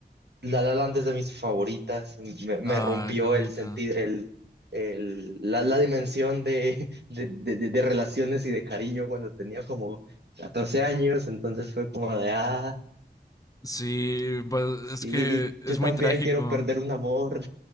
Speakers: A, on the right (about 80°); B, on the left (about 20°).
A: la La Land es de mis favoritas. Me, me
B: Ah,
A: rompió
B: qué bonito.
A: el sentido, el, el- la, la dimensión de, de, de- de- de relaciones y de cariño cuando tenía como 14 años. Entonces fue como de, ah,
B: Sí, pues,
A: sí,
B: es que es
A: yo también
B: muy trágico.
A: quiero perder un amor.